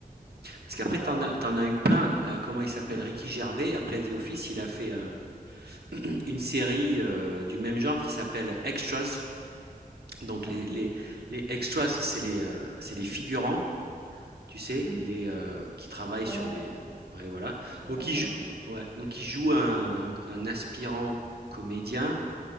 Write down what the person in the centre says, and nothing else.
ouais, ouais,
ok.
Mhm.
Ouais,
ouais,
sur les
plateaux,
ouais.